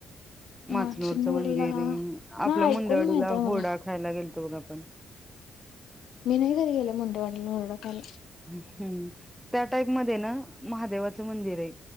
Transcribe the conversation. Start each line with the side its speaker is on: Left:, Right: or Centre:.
Centre: माचनूरच
Left: माचनूरला
Centre: मंदिर आपलं
Left: नाही
Centre: मुंडवाडीला
Left: ऐकून माहित आहे
Centre: हुरडा
Left: मला.
Centre: खायला गेलतं. <unintelligible> आपण
Left: मी नाही घरी गेले मुंडेवाडीला येवढं. हल.
Centre: हम्म. त्या टाईप मध्ये ना महादेवाचं मंदिर आहे.